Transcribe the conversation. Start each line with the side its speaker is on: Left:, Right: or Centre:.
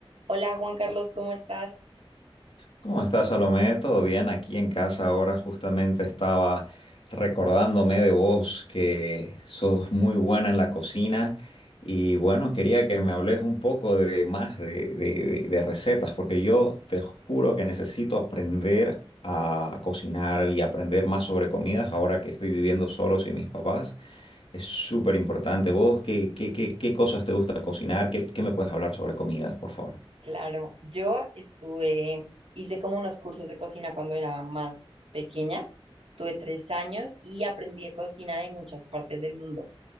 Right: Hola Juan Carlos, ¿cómo estás?
Left: ¿Cómo estás, Salomé? ¿Todo bien? Aquí en casa ahora justamente estaba recordándome de vos que sos muy buena en la cocina y bueno, quería que me hables un poco de más de, de- de- de recetas porque yo te juro que necesito aprender a cocinar y aprender más sobre comidas ahora que estoy viviendo solo sin mis papás. Es súper importante. ¿Vos qué, qué, qué, qué cosas te gusta cocinar? ¿Qué, qué me puedes hablar sobre comidas, por favor?
Right: Claro, yo estuve, hice como unos cursos de cocina cuando era más pequeña. Estuve tres años y aprendí de cocina de muchas partes del mundo.